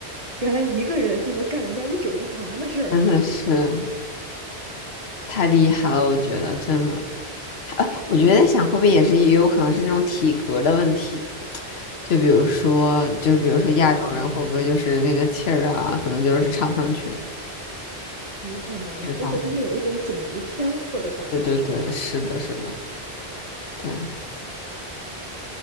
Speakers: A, on the right (about 35°); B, on the left (about 70°).
A: 原来一个人就能干人家一整个团的事儿。
B: 真的是
A: <laughs>
B: 太厉害了，我觉得真的。啊，
A: 是啊，
B: 我觉得在想，会不会也是也有可能是那种体格的问题？就比如说，就是比如说亚洲人会不会就是那个气儿啊，
A: 有可能，
B: 可能就是唱不上去，
A: 有可能，
B: 不知道。
A: 就是他们有一种种族天赋的感觉。
B: 对对对，是的，是的，对，